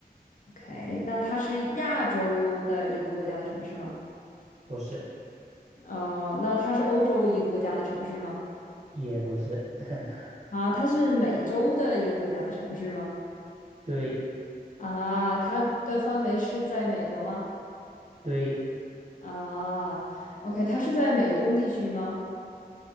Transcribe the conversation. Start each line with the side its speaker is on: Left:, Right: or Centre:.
Left: ？OK，那它是亚洲的一个国家的城市吗？
Right: 不是，
Left: 哦，那它是欧洲一个国家的城市吗？
Right: 也不是，<laughs>
Left: 啊，它是美洲的一个国家的城市吗？
Right: 对，
Left: 啊，它的范围是在美国吗？
Right: 对，
Left: 啊，OK，它是在美东地区吗？